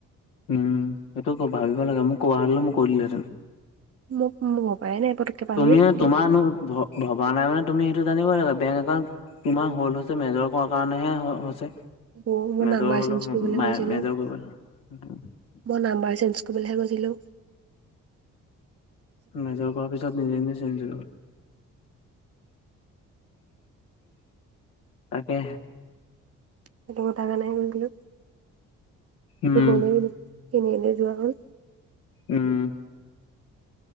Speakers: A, on the left (about 80°); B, on the right (about 40°).
A: উম সেইটো ভাবিব লাগে মোক কব হলে মোক কৰিলহেঁতেন
B: মোক মোৰ পায় নাই পতককে পাহৰি
A: তুমি
B: থাকিলো।
A: তোমাৰনো ভবা নাই মানে তুমি সেইটো জানিব লাগে বেংক একাউট তোমাৰ হল্ হৈছে মেজৰ কৰ কাৰণেহে হৈছে
B: অ, মই
A: মেজা
B: নাম্বাৰ
A: হল
B: চেঞ্জ কৰিবলৈ
A: ম
B: গৈছিলো
A: মেজাও কৰিব
B: মই নাম্বাৰ চেঞ্জ কৰিবলৈহে কৈছিলোঁ
A: নযৰ কোৱাৰ পিছত নিজে নিজে চেঞ্জ তাকে
B: সেইটো কথাকাা নাই বুলি গো
A: উম
B: নহ'লে কি দি এনেলৈৈ যোৱা হ'ল
A: আহ